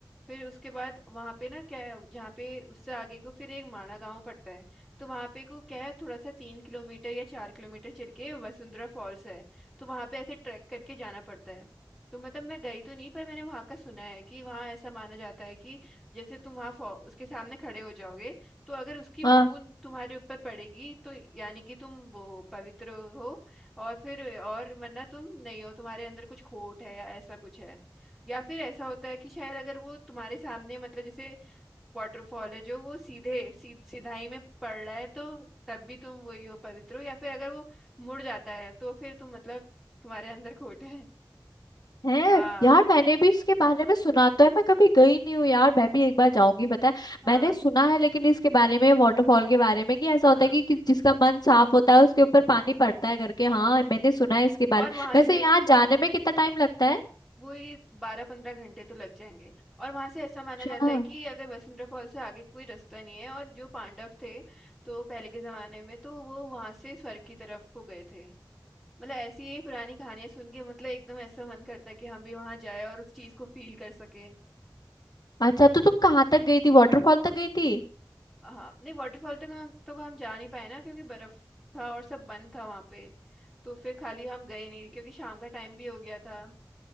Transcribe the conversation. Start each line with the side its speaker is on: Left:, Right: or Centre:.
Centre: फिर उसके बाद वहां पे ना क्या है जहाँ पे उससे आगे को फिर एक माणा गांव पड़ता है तो वहां पे को क्या है थोड़ा सा तीन किलोमीटर या चार किलोमीटर चल के वसुंधरा फॉल्स है तो वहां पे ऐसे ट्रैक करके जाना पड़ता है तो मतलब मैं गई तो नहीं पर मैंने वहां का सुना है कि वहां ऐसा माना जाता है कि जैसे तुम वहां फॉ- उसके सामने खड़े हो जाओगे तो अगर उसकी
Left: हाँ
Centre: बूंद तुम्हारे ऊपर पड़ेगी तो यानी कि तुम वो पवित्र हो और फिर और वरना तुम नहीं हो तुम्हारे अंदर कुछ खोट है या ऐसा कुछ है या फिर ऐसा होता है कि शायद अगर वो तुम्हारे सामने मतलब जैसे वाटरफॉल है जो वो सीधे सीध, सीधाई में पड़ रहा है तो तब भी तुम वही हो पवित्र हो या फिर अगर वो मुड़ जाता है तो फिर तुम मतलब तुम्हारे अंदर खोट है
Left: है
Centre: हाँ
Left: यार मैंने भी इसके बारे में सुना तो है मैं कभी गई नहीं हूँ यार मैं भी एक बार जाऊंगी पता है
Centre: हाँ
Left: मैंने सुना है लेकिन इसके बारे में वाटरफॉल के बारे में कि ऐसा होता
Centre: हाँ
Left: है कि, कि जिसका मन साफ होता है उसके ऊपर पानी पड़ता है करके हाँ मैंने सुना है इसके बारे
Centre: और वहां
Left: में वैसे
Centre: से
Left: यहाँ
Centre: हाँ
Left: जाने में कितना टाइम लगता है
Centre: वो ये बारह पंद्रह घंटे तो लग जाएंगे और वहां से ऐसा माना
Left: अच्छा
Centre: जाता है कि अगर वसुंधरा फॉल से आगे कोई रास्ता नहीं है और जो पांडव थे तो पहले के जमाने में तो वो वहां से स्वर्ग की तरफ को गए थे मतलब ऐसी ही पुरानी कहानियां सुन के मतलब एकदम ऐसा मन करता है कि हम भी वहां जाए और उस चीज को फील कर सके
Left: अच्छा तो तुम कहाँ तक गई थी वाटरफॉल तक गई थी
Centre: हाँ नहीं वाटरफॉल तो हम तो हम जा नहीं पाए ना क्योंकि बर्फ था और सब बंद था वहां पे तो फिर खाली हम गए नहीं क्योंकि शाम का टाइम भी हो गया था